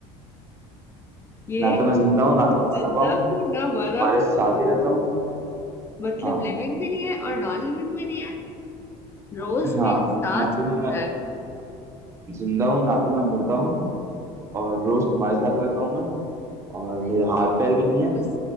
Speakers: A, on the left (about 20°); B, on the right (about 20°).
A: ये
B: ना तो मैं जिंदा हूँ ना
A: ना
B: तो मैं
A: जिंदा
B: मरा हुआ हूँ
A: हूँ ना मरा
B: तुम्हारे
A: हुआ
B: साथ
A: हूँ
B: ही रहता हूँ
A: मतलब
B: हाँ
A: लिविंग भी नहीं है और नॉन लिविंग भी नहीं है रोज
B: हाँ
A: मेरे साथ
B: ना तो
A: होता
B: मैं
A: है
B: जिंदा हूँ ना तो मैं मुर्दा हूँ और रोज तुम्हारे साथ रहता हूँ मैं और
A: मेरे
B: मेरे
A: साथ
B: हाथ पैर भी
A: तो
B: नहीं है
A: रोज